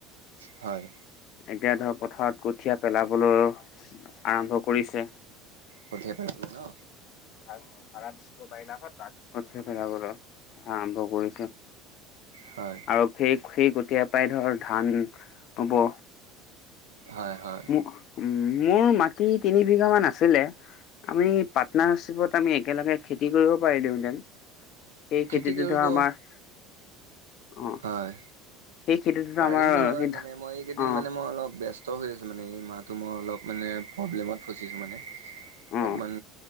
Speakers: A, on the right; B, on the left.
A: হয়।
B: এতিয়া ধৰ পথাৰত কঠিয়া পেলাবলৈ আৰম্ভ কৰিছে।
A: কঠিয়াই পেলাবলৈ ন?
B: ভাৰ দ, বাতছে ফেল বল আৰম্ভ কৰিছে।
A: হয়।
B: আৰু সেই, সেই কঠীয়া পৰাই ধৰ ধান হ'ব।
A: হয় হয়
B: মোক। উ, মোৰ মাটি তিনি বিঘা মান আছিলে আমি পাৰ্টনাৰশ্বিপত আমি একেলগে। খেতি কৰিব পাৰি দিওঁতেন সেই
A: খেতি
B: খেতিটো
A: কৰিব
B: ধৰ আমাৰ অ
A: হয়
B: সেই খেতিটোতো
A: পাৰিলোঁ
B: আমাৰ
A: হয়
B: সেই
A: মানে মই এইকেইদিন
B: অ
A: মানে মই অলপ ব্যস্ত হৈ। মানে এই মাহটো মই অলপ মানে প্ৰব্লেমত ফচিছো মানে অলপমান
B: অ